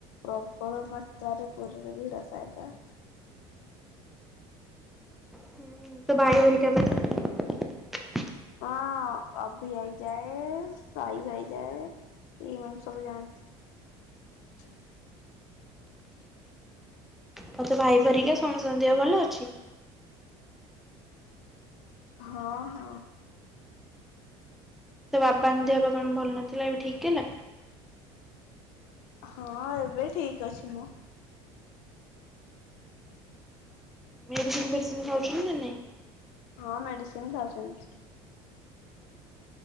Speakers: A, on the left (about 75°); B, in the centre.
A: ପ୍ରବଳ ମାତ୍ରାରେ ପୁରୀରେ ଭିଡ଼ ଥାଏବା।
B: ହ ତ ଭାଇ ବରି କା ପଞ୍ଚାନ୍ତି
A: ହଁ ଅଭି ହେଇଯାଏ ସଇବ ହେଇଯାଏ। ଏଇମାନେ ସବୁ ଯାଆନ୍ତି।
B: ମତେ ଭାଇ ଭରିକା ସମସ୍ତନ୍ଦହ ଭଲ ଅଛି?
A: ହଁ ହଁ।
B: ତ ବାପା ଙ୍କ ଦେହ କଣ ଭଲ ନଥିଲା ଏବେ ଠିକ ହେଲା?
A: ହଁ ଏବେ ଠିକ ଅଛି ମ।
B: ମେଡ଼ିସିନ ପେଡ଼ିସିନ୍ ଖାଉଛୁନ୍ତି ନାଆ ନାଇ?
A: ହଁ ମେଡିସିନ୍ ଖାଉଛନ୍ତି।